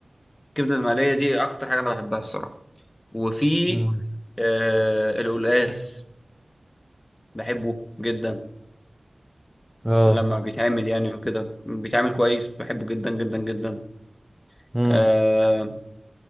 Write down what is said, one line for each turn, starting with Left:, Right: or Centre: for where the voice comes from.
Left: الكبدة المقلية دي أكتر حاجة أنا بحبها الصراحة وفي
Centre: مم.
Left: آه القلقاس بحبه جدا
Centre: اه
Left: لما بيتعمل يعني وكده بيتعمل كويس بحبه جدا جدا جدا
Centre: مم.
Left: آه